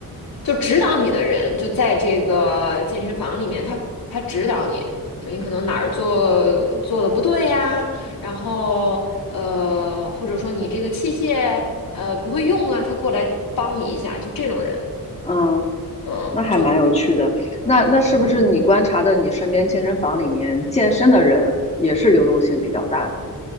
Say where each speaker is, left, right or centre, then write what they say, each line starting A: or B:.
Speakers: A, on the left; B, on the left.
A: 就指导你的人就在这个健身房里面，他他指导你，就你可能哪儿做做的不对呀，然后呃，或者说你这个器械呃不会用啊，他过来帮你一下，就这种人，
B: 嗯。
A: 嗯，
B: 那还蛮有趣的。
A: 就
B: 那那是不是你观察的你身边健身房里面健身的人也是流动性比较大呢？
A: 嗯